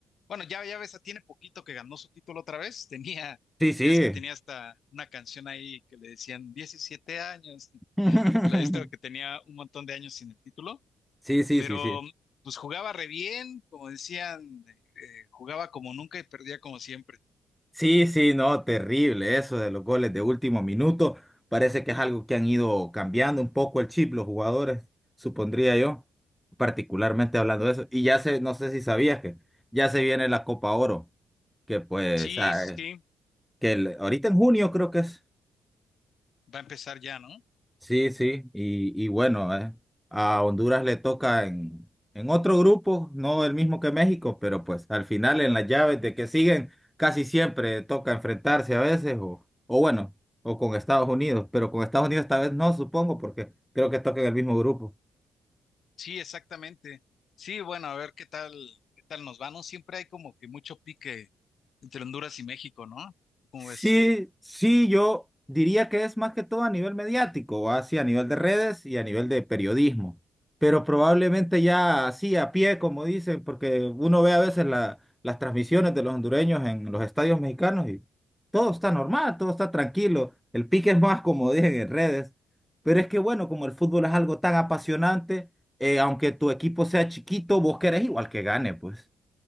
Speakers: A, on the left; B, in the centre.
A: bueno, ya, ya ves, tiene poquito que ganó su título otra vez. <laughs> Tenía,
B: Sí, sí.
A: ya es que tenía hasta una canción ahí que le decían 17 años. <laughs>
B: <laughs>
A: Y la viste? que tenía un montón de años sin el título.
B: Sí, sí,
A: Pero
B: sí, sí.
A: pues jugaba re bien, como decían, eh, eh, jugaba como nunca y perdía como siempre.
B: Sí, sí, no, terrible eso de los goles de último minuto. Parece que es algo que han ido cambiando un poco el chip los jugadores, supondría yo, particularmente hablando de eso. Y ya se, no sé si sabías que ya se viene la Copa Oro, que pues,
A: Sí,
B: ah,
A: sí, sí,
B: que el- ahorita en junio creo que es.
A: va a empezar ya, ¿no?
B: Sí, sí, y, y bueno, eh, a Honduras le toca en, en otro grupo, no el mismo que México, pero pues al final en las llaves de que siguen, casi siempre toca enfrentarse a veces, o, o bueno, o con Estados Unidos, pero con Estados Unidos esta vez no, supongo, porque creo que toca en el mismo grupo.
A: Sí, exactamente. Sí, bueno, a ver qué tal, qué tal nos va, ¿no? Siempre hay como que mucho pique entre Honduras y México, ¿no? ¿Cómo
B: Sí,
A: ves?
B: sí, yo diría que es más que todo a nivel mediático, así a nivel de redes y a nivel de periodismo, pero probablemente ya así a pie, como dicen, porque uno ve a veces la- las transmisiones de los hondureños en los estadios mexicanos y todo está normal, todo está tranquilo, el pique es más, como dicen, en redes, pero es que bueno, como el fútbol es algo tan apasionante, eh, aunque tu equipo sea chiquito, vos querés igual que gane, pues,